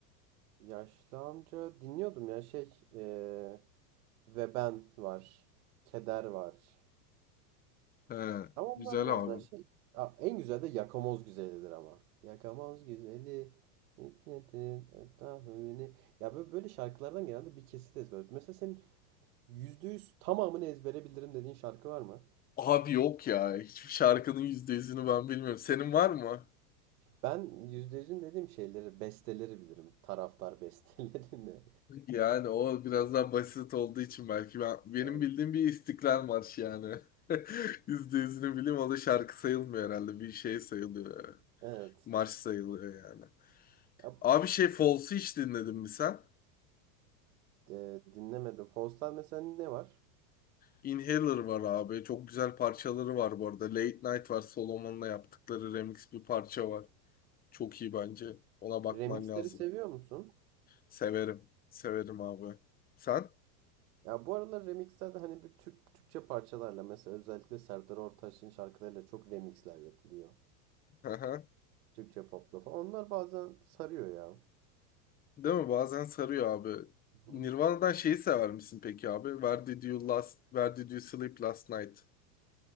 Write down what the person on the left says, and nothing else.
He,
güzel
abi.
Abi yok ya. Hiçbir şarkının yüzde yüzünü ben bilmiyorum. Senin var mı?
Yani o biraz daha basit olduğu için belki. Ben, benim
bildiğim bir İstiklal Marşı yani. <laughs> Yüzde yüzünü bileyim o da şarkı sayılmıyor herhalde. Bir şey sayılıyor.
Marş sayılıyor yani.
Abi şey Falls'ı hiç dinledin mi sen?
Inhaler var abi. Çok güzel parçaları var bu arada. Late Night var. Solomon'la yaptıkları remix bir parça var. Çok iyi bence. Ona bakman
lazım.
Severim. Severim abi. Sen?
<laughs>
Değil mi? Bazen sarıyor abi.
Nirvana'dan şeyi sever misin peki abi? Where did you last, where did you sleep last night?